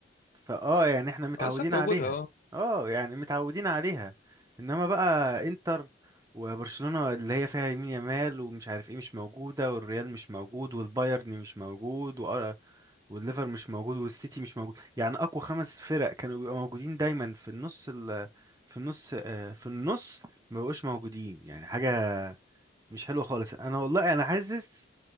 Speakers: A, on the right; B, on the left.
A: فاه يعني احنا متعودين
B: اه ثابته
A: عليها
B: وجودها اه
A: اه يعني متعودين عليها انما بقى انتر وبرشلونة اللي هي فيها يمين يامال ومش عارف ايه مش موجودة والريال مش موجود والبايرن مش موجود وأر- والليفر مش موجود والسيتي مش موجود يعني اقوى خمس فرق كانوا بيبقوا موجودين دايما في النص ال... في النص آه، في النص ما بقوش موجودين يعني حاجة مش حلوة خالص انا والله انا حاسس